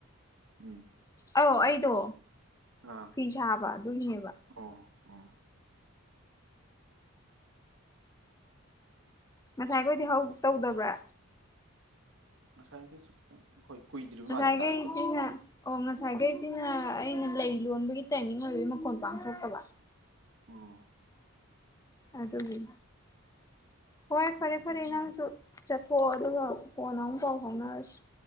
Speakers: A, on the right; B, on the left.
A: ꯎꯝ
B: ꯑꯧ ꯑꯩꯗꯣ
A: ꯑꯥ
B: ꯐꯤ ꯁꯥꯕ ꯑꯗꯨꯒꯤꯅꯦꯕ
A: ꯑꯣ ꯑꯣ
B: ꯉꯁꯥꯏꯈꯣꯏꯗꯤ ꯍꯧ ꯇꯧꯗꯕ꯭ꯔ
A: ꯉꯁꯥꯏꯒꯩꯁꯨ ꯈꯤꯇꯡ ꯍꯣꯏ ꯀꯨꯏꯗ꯭ꯔꯤꯕ
B: ꯉꯁꯥꯏꯈꯩꯁꯤꯅ
A: ꯃꯥꯜꯂꯦ ꯇꯥꯔꯛꯄꯗꯤ
B: ꯑꯣ ꯉꯁꯥꯏꯈꯩꯁꯤꯅ ꯑꯩꯅ ꯂꯩ ꯂꯣꯟꯕꯒꯤ ꯇꯥꯏꯃꯤꯡ ꯑꯣꯏꯕꯒꯤ ꯃꯈꯣꯟ ꯄꯥꯡꯊꯣꯛꯇꯕ
A: ꯎꯝ
B: ꯑꯗꯨꯒꯤ ꯍꯣꯏ ꯐꯔꯦ ꯐꯔꯦ ꯅꯪꯁꯨ ꯆꯠꯊꯣꯛꯑꯣ ꯑꯗꯨꯒ ꯀꯣꯟꯅ ꯑꯃꯨꯛ ꯄꯥꯎ ꯐꯥꯎꯅꯔꯁꯤ